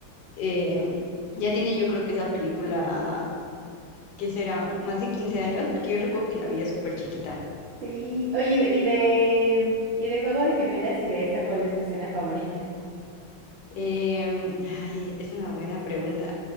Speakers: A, on the left; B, on the right.
A: em, ya tiene yo creo que esa película, qué será? Más de 15 años, porque yo recuerdo que la veía súper chiquita.
B: Sí, oye, y de, y de, y de Juego de Gemelas y de esta, ¿cuál es tu escena favorita?
A: Em, ay, es una buena pregunta.